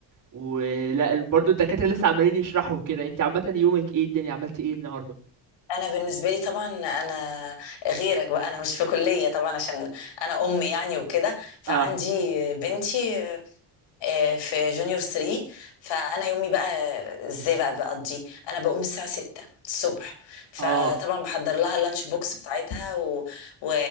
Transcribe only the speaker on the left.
انا بالنسبه لي طبعا انا غيرك بقى انا مش في كليه طبعا عشان انا ام يعني وكده فعندي
بنتي آه، في جونيور 3 فانا يومي بقى ازاي بقى بقضي انا بقوم الساعه 6 الصبح فطبعا
بحضر لها اللانش بوكس بتاعتها و... و...